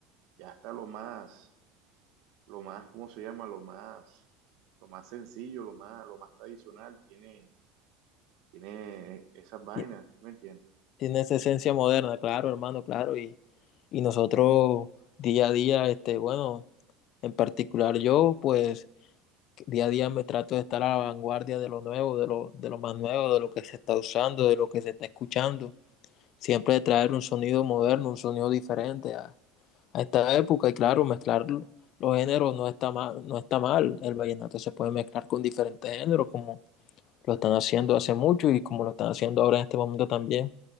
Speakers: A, on the right; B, on the left.
A: ya está lo más, lo más, ¿cómo se llama? Lo más, lo más sencillo, lo más, lo más tradicional, tiene, tiene esas vainas,
B: Y
A: ¿sí ¿me entiendes?
B: Tiene esa esencia moderna, claro, hermano, claro. Y, y nosotros día a día, este, bueno, en particular yo, pues Día a día me trato de estar a la vanguardia de lo nuevo, de lo, de lo más nuevo, de lo que se está usando, de lo que se está escuchando. Siempre de traer un sonido moderno, un sonido diferente a, a esta época. Y claro, mezclar los géneros no está mal, no está mal. El vallenato se puede mezclar con diferentes géneros, como lo están haciendo hace mucho y como lo están haciendo ahora en este momento también,